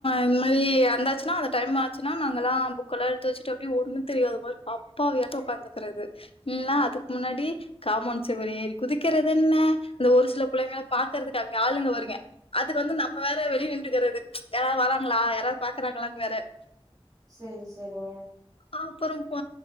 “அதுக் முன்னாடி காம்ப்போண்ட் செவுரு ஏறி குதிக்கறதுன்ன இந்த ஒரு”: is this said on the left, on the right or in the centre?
Left